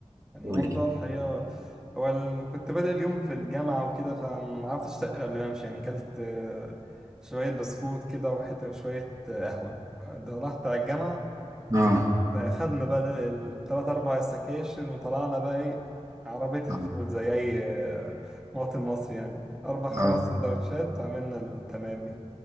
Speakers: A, in the centre; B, on the right (about 30°).
A: النهارده
B: قول لي
A: الحقيقة هو ال... كنت بادئ اليوم في الجامعة وكده فما عرفتش أتقل قبل ما أمشي يعني أكلت آه، شوية بسكوت كده وحتة وشوية آه، قهوة ده رحت على الجامعة
B: اه
A: خدنا بقى التلات أربع سكاشن وطلعنا بقى إيه عربية الفول
B: اه
A: زي أي آه، مواطن مصري يعني أربع خمس
B: اه
A: سندوتشات عملنا التمامي